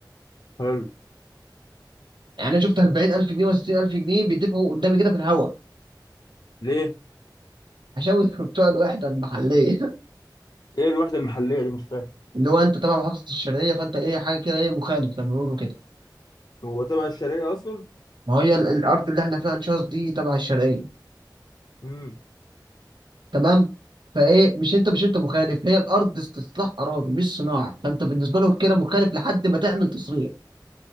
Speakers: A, on the left (about 60°); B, on the right (about 80°).
A: حلو
B: يعني انا شفت 40000 جنيه و60000 جنيه بيدفعوا قدامي كده في الهواء
A: ليه؟
B: عشان <laughs> بتوع الوحده المحليه
A: ايه الوحدة المحلية دي مش فاهم
B: <laughs> اللي هو انت تبع محافظه الشرقيه فانت ايه حاجه كده ايه مخالف زي ما بيقولوا كده
A: هو تبع الشرقية اصلا؟
B: ما هي ال- الارض اللي احنا فيها ان شاء الله دي تبع الشرقيه
A: امم
B: تمام فايه مش انت مش انت مخالف هي الارض استصلاح اراضي مش صناعي فانت بالنسبه لهم كده مخالف لحد ما تعمل تصريح